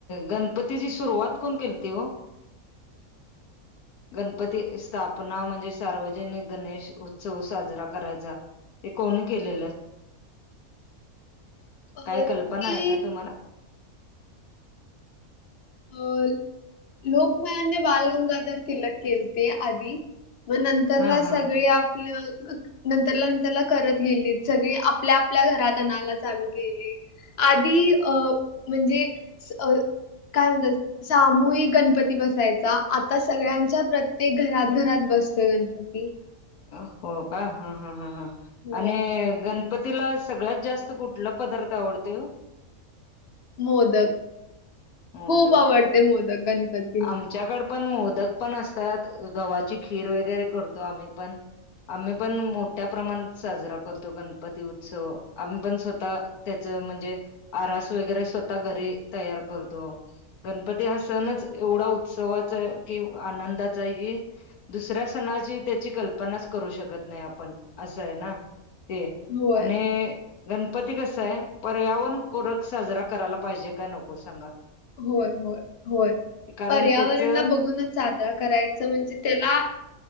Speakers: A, on the left (about 85°); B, on the left (about 55°).
A: गणपतीची सुरुवात कोण केलती ओ गणपती स्थापना म्हणजे सार्वजनिक गणेश उत्सव साजरा करायचा ते कोणी केलेलं?
B: अ
A: काय
B: ते
A: कल्पना आहे का तुम्हाला?
B: अ लोकमान्य बालगंगाधर तिलक केलते आधी म नंतरला
A: हा हा
B: सगली
A: हा
B: आपलं नंतरला नंतरला करत गेलीत सगळी आपल्या आपल्या घरात आणाला चालू केेली. आधी अ म्हणजे स अ काय म्हणतस सामूहिक गणपती बसायचा आता सगळ्यांच्या प्रत्येक घरात घरात बसतोय गण पती
A: अ हो का ह ह ह ह
B: होय
A: आणि गण गणपतीला सगळ्यात जास्त कुठला पदार्थ आवडतय ओ
B: मोदक,
A: मोदक
B: खूप आवडतय मोदक गणपत
A: आमच्याकड पण मोदक पण असतात गव्हाची खीर वगैरे करतो आम्ही पण आम्ही पण मोठ्या प्रमाणात साजरा करतो गणपती उत्सव आम्ही पण स्वतः त्याच म्हणजे आरास वगैरे स्वतः घरी तयार करतो. गणपती हा सणच एवढा उत्सवाचाय की आनंदाचा हाय की दुसऱ्या सणाची त्याची कल्पनाच करू शकत नाय आपण असंय ना ते
B: होय
A: आणि गणपती कसाय पर्यावरण पूरक साजरा करायला पाहिजे काय नको सांगा.
B: होय होय होय
A: कारण
B: पर्यावरणला
A: त्याच हम्म
B: ब घुनच साजरा करायचा म्हणजे त्याला